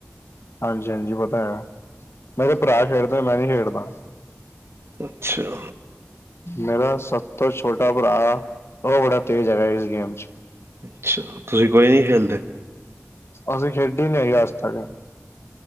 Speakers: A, on the left (about 60°); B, on the right (about 60°).
A: ਹਾਂਜੀ-ਹਾਂਜੀ ਓਤਾਂ ਹੈ, ਮੇਰੇ ਭਰਾ ਖੇਡਦੇ ਮੈਂ ਨੀ ਖੇਡਦਾ
B: ਅੱਛਾ
A: ਮੇਰਾ ਸਭ ਤੋਂ ਛੋਟਾ ਭਰਾ, ਉਹ ਬੜਾ ਤੇਜ਼ ਹੈਗਾ ਇਸ ਗੇਮ ਚ
B: ਅੱਛਾ ਤੁਸੀਂ ਕੋਈ ਨਹੀਂ ਖੇਲਦੇ
A: ਅਸੀਂ ਖੇਡੀ ਨਹੀਂ ਅੱਜ ਤੱਕ